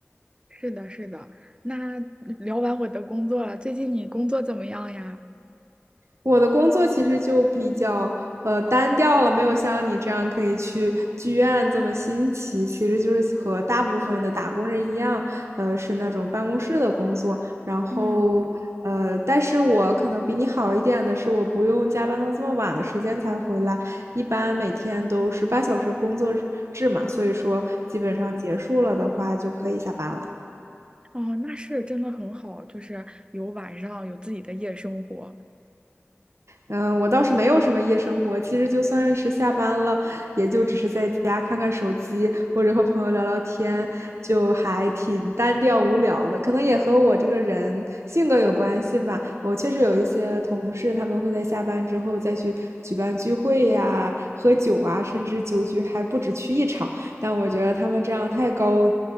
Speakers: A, on the right; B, on the right.
A: 是的，是的。那聊完我的工作了，最近你工作怎么样呀？
B: 我的工作其实就比较呃单调了，没有像你这样可以去剧院这么新奇。其实就是和大部分的打工人一样，呃，是那种办公室的工作。然后呃，
A: 嗯，
B: 但是我可能比你好一点的是，我不用加班到这么晚的时间才回来，一般每天都是八小时工作制嘛，所以说基本上结束了的话就可以下班了。
A: 哦，那是真的很好，就是有晚上有自己的夜生活。
B: 嗯，我倒是没有什么夜生活，其实就算是下班了，也就只是在家看看手机，或者和朋友聊聊天，就还挺单调无聊的。可能也和我这个人性格有关系吧。我确实有一些同事，他们会在下班之后再去举办聚会呀、喝酒啊，甚至酒局还不止去一场。但我觉得他们这样太高，